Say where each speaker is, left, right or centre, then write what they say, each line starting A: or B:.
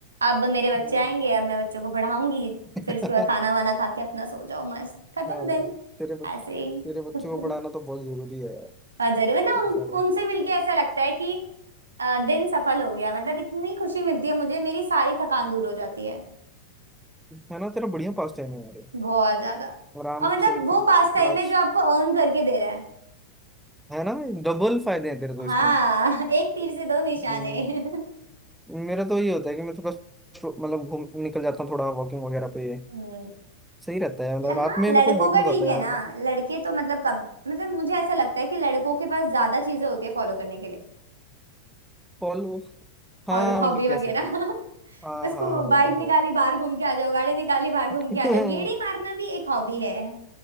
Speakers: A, on the right; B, in the centre.
A: अब मेरे बच्चे
B: हम्म,
A: आएंगे अब मैं बच्चों को पढ़ाऊंगी
B: <laughs>
A: फिर उसके बाद खाना वाना खा के अपना सो जाऊं मस्त खत्म
B: हाँ,
A: दिन
B: तेरे बच-
A: ऐसे ही
B: तेरे बच्चों
A: <laughs>
B: को पढ़ाना तो बहुत जरूरी है यार
A: अजरे मतलब
B: बेचारे
A: उन, उनसे मिलके ऐसा लगता है कि अ, दिन सफल हो गया मतलब इतनी खुशी मिलती है मुझे मेरी सारी थकान दूर हो जाती है
B: है ना तेरा बढ़िया पास टाइम है यार ये।
A: बहुत ज्यादा
B: आराम
A: और मतलब
B: से इसमें
A: वो पास टाइम
B: लास्ट-
A: है जो आपको अर्न करके दे रहा है
B: है ना डबल फायदे हैं तेरे तो
A: हाँ
B: इसमें
A: <laughs> एक तीर से दो निशाने
B: हम्म,
A: <laughs>
B: मेरा तो ये होता है कि मैं थोड़ा मतलब घूम निकल जाता हूँ थोड़ा वॉकिंग वगैरह पे
A: हम्म
B: सही रहता है मतलब
A: ल-
B: रात
A: हाँ
B: में मेरे
A: लड़कों
B: को बहुत
A: का
B: मजा
A: ठीक
B: आता है
A: है
B: यार
A: ना
B: मतलब
A: लड़के तो मतलब कब मतलब मुझे ऐसा लगता है कि लड़कों के पास ज्यादा चीजें होती है फॉलो करने के लिए
B: कॉल हाँ
A: हॉलो हॉबी
B: मतलब
A: वगैरह
B: कह सकते हैं
A: <laughs>
B: हाँ
A: बस
B: हाँ
A: को
B: वो
A: बाइक
B: तो
A: निकाली
B: है
A: बाहर घूम के आ जाओ गाड़ी निकाली बाहर घूम
B: <laughs>
A: के आ जाओ गेड़ी मारना भी एक हॉबी है